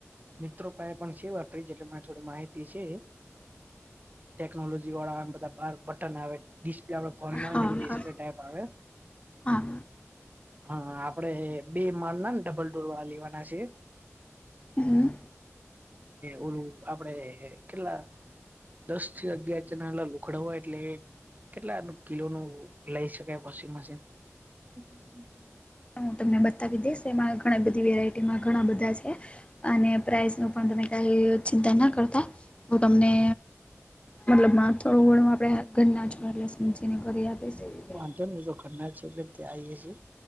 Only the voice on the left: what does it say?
હા
હા
હા
હમ
હું તમને બતાવી દઈશ એમાં ઘણી બધી વેરાયટીમાં ઘણા બધા છે અને પ્રાઈઝ નું પણ તમે કઈ ચિંતા ના કરતા હ તમને મતલબ માથોડું વડું આપણેે ઘરના જ વાલા સમજીને કરી આપ છે.